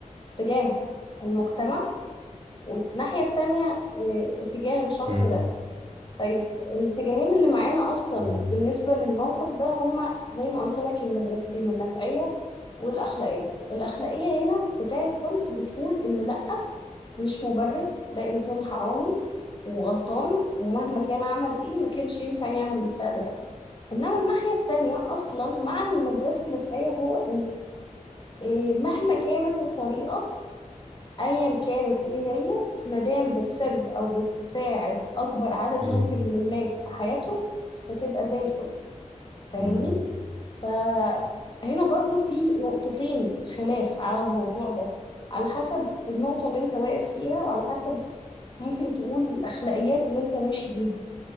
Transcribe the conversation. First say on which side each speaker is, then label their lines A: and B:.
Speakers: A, on the left; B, on the right.
A: اتجاه المجتمع والناحية التانية اه، اتجاه الشخص
B: مم.
A: ده طيب الاتجاهين اللي معانا اصلا
B: مم.
A: بالنسبة للموقف ده هما زي ما قلت لك المدرستين النفعية والاخلاقية الاخلاقية هنا بتاعت كانت بتقول انه لا مش مبرر ده انسان حرامي وغلطان ومهما كان عمل ايه ما كانش ينفع يعمل الفعل ده انما الناحيه التانيه اصلا معنى المدرسه النفعيه هو ان إيه، مهما كانت الطريقه ايا كانت ايه هي مادام بتسيرف او بتساعد اكبر عدد
B: مم.
A: ممكن من الناس في حياتهم فتبقى زي الفل فاهمني
B: مم.
A: فهنا برضو في نقطتين خلاف على الموضوع ده على حسب النقطه اللي انت واقف فيها وعلى حسب ممكن تقول الاخلاقيات اللي انت ماشي بيها